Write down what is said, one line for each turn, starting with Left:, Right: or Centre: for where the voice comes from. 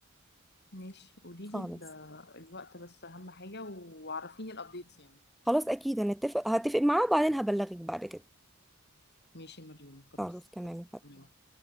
Left: ماشي قولي
Centre: خالص
Left: لي ال- الوقت بس اهم حاجه وعرفيني الابديتس يعني
Centre: خلاص اكيد هنتفق هتفق معاه وبعدين هبلغك بعد كده
Left: ماشي يا مريم خلاص
Centre: خلاص تمام يا حبيبتي.
Left: تمام.